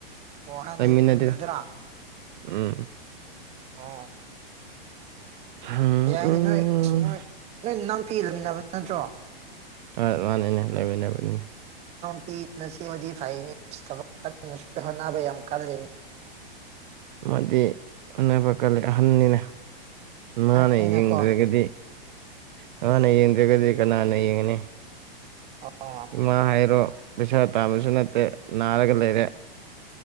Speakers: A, on the right (about 20°); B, on the right (about 55°).
A: ꯑꯣꯍꯟꯗꯖꯖꯔꯥ
B: ꯂꯩꯃꯤꯟꯅꯗꯦ ꯎꯝ
A: ꯑꯥ
B: ꯎꯝ
A: ꯌꯥꯏꯅꯦ ꯅꯣꯏ ꯑꯁ ꯅꯣꯏ ꯅꯣꯏ ꯅꯥꯝꯄꯤꯤꯔꯃꯤꯟꯅꯕ ꯅꯠꯇ꯭ꯔꯣ
B: ꯍꯣꯏ ꯃꯥꯅꯤꯅꯦ ꯂꯩꯃꯤꯟꯅꯕꯅꯤꯅꯦ
A: ꯅꯨꯄꯤꯤꯆ ꯑꯃꯗꯤ ꯐꯥꯏꯟꯁ ꯊꯕꯛ ꯀꯁꯨ ꯍꯣꯠꯅꯕ ꯌꯥꯝ ꯀꯜꯂꯤꯅꯤ
B: ꯑꯃꯗꯤ ꯎꯅꯕ ꯀꯜꯂꯤ ꯑꯍꯟꯅꯤꯅ ꯅꯅꯦ
A: ꯑꯍꯟꯅꯤꯅꯀꯣ
B: ꯌꯦꯡꯗ꯭ꯔꯒꯗꯤ ꯃꯥꯥꯟꯅ
A: ꯎꯝ
B: ꯌꯦꯡꯗ꯭ꯔꯒꯗꯤ ꯀꯅꯥꯅ ꯌꯦꯡꯉꯅꯤ
A: ꯑꯣ
B: ꯏꯃꯥ ꯍꯥꯏꯔꯣ ꯄꯩꯁꯥ ꯇꯥꯕꯁꯨ ꯅꯠꯇꯦ ꯅꯥꯔꯒ ꯂꯩꯔꯦ